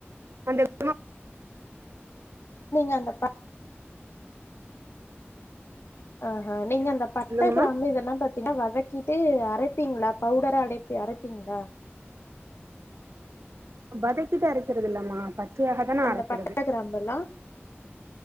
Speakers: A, on the right; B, on the left.
A: அந்த <inaudible>
B: நீங்க அந்த ப ஆஹா நீங்க அந்த பட்ட
A: சொல்லுங்கம்மா
B: கிராம்பு இதெல்லா பத் எல்லா வதக்கிட்டு அரைப்பிங்ளா பவுடரா அடைப்பி அரைப்பீங்ளா
A: வதக்கிட்டு அரைக்கிறது இல்லம்மா பச்சையாகதா நா
B: அந்த
A: அரைக்கிறது
B: பட்ட கிராம்பெல்லா